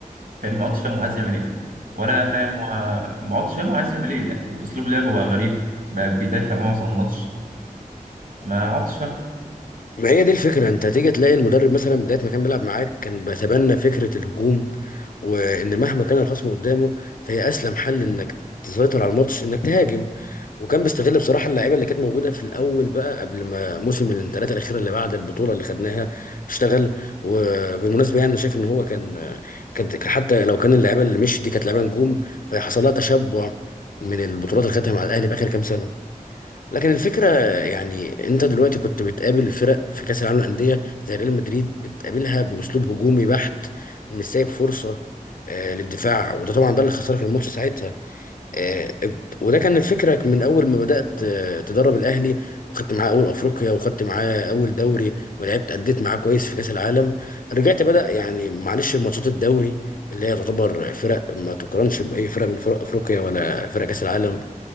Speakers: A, on the right; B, on the left.
A: فاهم ما عدتش فاهم هو عايز يعمل ايه ولا فاهم هو ما عدتش فاهم هو عايز يعمل ايه يعني اسلوب لعبه بقى غريب بقى بيدافع معظم الماتش ما عدتش فاهم
B: ما هي دي الفكرة انت تيجي تلاقي المدرب مثلا بداية ما كان بيلعب معاك كان بيتبنى فكرة الهجوم وان مهما كان الخصم قدامه فهي اسلم حل انك تسيطر على الماتش انك تهاجم وكان بيستغل بصراحة اللعيبة اللي كانت موجودة في الأول بقى قبل ما موسم الانتقالات الأخيرة اللي بعد البطولة اللي خدناها اشتغل وبالمناسبة يعني أنا شايف إن هو كان كان حتى لو كان اللعيبة اللي مشيت دي كانت لعيبة نجوم فحصل لها تشبع من البطولات اللي خدتها مع الأهلي في آخر كام سنة لكن الفكرة يعني انت دلوقتي كنت بتقابل فرق في كأس العالم للأندية زي ريال مدريد بتقابلها بأسلوب هجومي بحت مش سايب فرصة آه، للدفاع وده طبعا ده اللي خسرك الماتش ساعتها آه، ابت- وده كان الفكرة من أول ما بدأت آه، تدرب الأهلي وخدت معاه أول أفريقيا وخدت معاه أول دوري ولعبت أديت معاه كويس في كأس العالم رجعت بدأ يعني معلش ماتشات الدوري اللي هي تعتبر فرق ما تقارنش بأي فرق من فرق أفريقيا ولا فرق كأس العالم